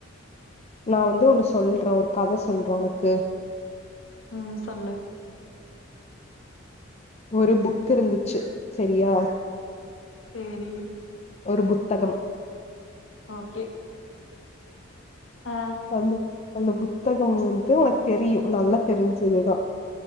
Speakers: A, on the left; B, on the left.
A: நா வந்து ஒன்னு சொல்ற ஒரு கத சொல்ற உனக்கு
B: ம் சொல்லு
A: ஒரு புக்கிருந்துச்சு செரியா
B: செரி
A: ஒரு புத்தகம்
B: ஓகே ஆ
A: அந்த அந்த புத்தகம் வந்து உனக் தெரியு நல்லா தெரிஞ்சதுதா